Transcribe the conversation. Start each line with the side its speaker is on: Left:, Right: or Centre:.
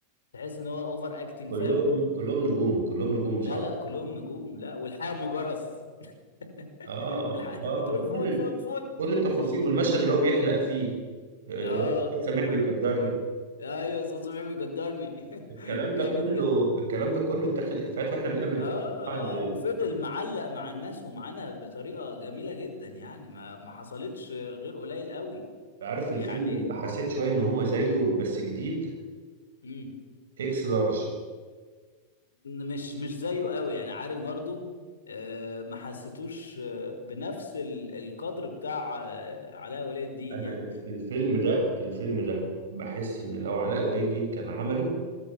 Left: تحس ان هو اوفر اكتنج
Right: كلهم
Left: فاهم
Right: كلهم نجوم كلهم نجوم بصراحة
Left: لا لا كلهم نجوم لا والحياة مجرس <laughs>
Right: اه
Left: الحياة
Right: اه
Left: بتقول
Right: كل
Left: فوت
Right: ال-
Left: فوت فوت
Right: كل التفاصيل
Left: <laughs>
Right: والمشهد اللي هو بيحلق فيه آه، اللي
Left: اه
Right: هو سميح
Left: اه
Right: بيقدرني
Left: ايوه صوت صبحي بيقدرني
Right: الكلام
Left: <laughs> جامد
Right: ده كله
Left: جدا
Right: الكلام ده كله اتاخد افيهات واحنا بقينا بنقول
Left: اه
Right: بعد
Left: اه وفضل معلق مع الناس ومعانا بطريقه جميله جدا يعني ما ما حصلتش غير قليل قوي
Right: عارف الفيلم
Left: يعني
Right: اللي حسيت شويه ان هو زيه بس جديد
Left: مم.
Right: اكس لارج
Left: مش مش زيه قوي يعني عارف برضو آه ما حسيتوش آه بنفس ال- القدر بتاع آه علاء ولي الدين
Right: انا
Left: يعني
Right: الف- الفيلم ده الفيلم ده بحس ان لو علاء ولي الدين كان عمله